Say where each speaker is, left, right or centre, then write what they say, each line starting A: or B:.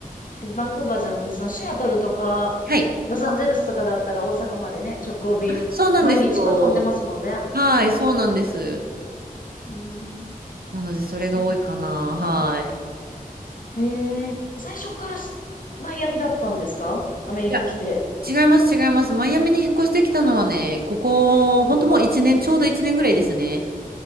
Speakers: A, on the left; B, on the right.
A: 岸。バンクーバーじゃなくて、そのシアトルとか、
B: はい。
A: ロサンゼルスとかだったら大阪までね、直行便、
B: そうなんですよ。
A: 毎日とか飛んでますもんね。
B: <laughs> はい、そうなんです。
A: うーん、
B: なので、それが多いかな。
A: そっか
B: はい。
A: ー。へえ、最初からしマイアミだったんですかアメリカ来て。
B: いや、違います、違います。マイアミに引っ越してきたのはね、ここ、
A: うん。
B: 本当もう1年、ちょうど1年ぐらいですね。